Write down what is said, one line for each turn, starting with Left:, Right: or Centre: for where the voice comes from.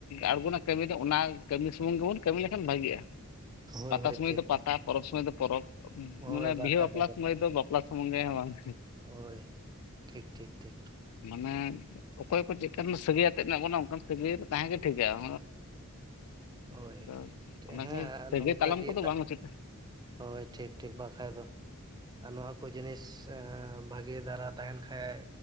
Left: ᱟᱬᱜᱚᱱᱟ ᱠᱟᱹᱢᱤ ᱫᱚ ᱚᱱᱟ ᱠᱟᱹᱢᱤ ᱥᱩᱢᱩᱝ ᱜᱮᱵᱚᱱ ᱠᱟᱹᱢᱤ ᱞᱮᱠᱷᱟᱱ ᱵᱷᱟᱜᱤᱜ-ᱟ,
Right: ᱦᱳᱭ
Left: ᱯᱟᱛᱟ
Right: ᱦᱳᱭ
Left: ᱥᱚᱢᱚᱭ
Right: ᱴᱷᱤᱠ
Left: ᱫᱚ
Right: ᱴᱷᱤᱠ
Left: ᱯᱟᱛᱟ ᱯᱚᱨᱚᱵᱽ ᱥᱚᱢᱚᱭ ᱫᱚ ᱯᱚᱨᱚᱵᱽ
Right: ᱦᱳᱭ
Left: ᱢᱟᱱᱮ
Right: ᱵᱟᱠᱷᱟᱡ
Left: ᱵᱤᱦᱟᱹ ᱵᱟᱯᱞᱟ
Right: ᱵᱟᱠᱷᱟᱡ
Left: ᱥᱚᱢᱚᱭ ᱫᱚ ᱵᱟᱯᱞᱟ ᱥᱩᱢᱩᱝ ᱜᱮ ᱦᱚᱸ ᱵᱟᱝ,
Right: ᱦᱳᱭ ᱴᱷᱤᱠ ᱴᱷᱤᱠ ᱴᱷᱤᱠ
Left: ᱢᱟᱱᱮ ᱚᱠᱚᱭ ᱠᱚ ᱪᱮᱫᱠᱟᱱ ᱥᱟᱹᱜᱟᱹᱭ ᱟᱛᱮᱫ ᱢᱮᱱᱟᱜ ᱵᱚᱱᱟ ᱚᱱᱠᱟᱱ ᱥᱟᱹᱜᱟᱹᱭ ᱛᱟᱦᱮᱸ ᱜᱮ ᱴᱷᱤᱠᱟ᱾ <unintelligible>
Right: ᱦᱳᱭ
Left: ᱟᱫᱚ
Right: ᱦᱮᱸ
Left: ᱚᱱᱟ ᱠᱚ ᱥᱟᱹᱜᱟᱹᱭ
Right: ᱱᱚᱝᱠᱟ
Left: ᱛᱟᱞᱟᱝ
Right: ᱜᱮ
Left: ᱠᱚᱫᱚ
Right: ᱛᱟᱜ
Left: ᱵᱟᱝ ᱩᱪᱤᱛ
Right: ᱦᱳᱭ, ᱴᱷᱤᱠ ᱴᱷᱤᱠ,, ᱵᱟᱠᱷᱟᱡ ᱫᱚ! ᱟᱨ ᱱᱚᱣᱟ ᱠᱚ ᱡᱤᱱᱤᱥ, ᱵᱷᱟᱹᱜᱤ ᱫᱷᱟᱨᱟ ᱛᱟᱦᱮᱱ ᱠᱷᱟᱡ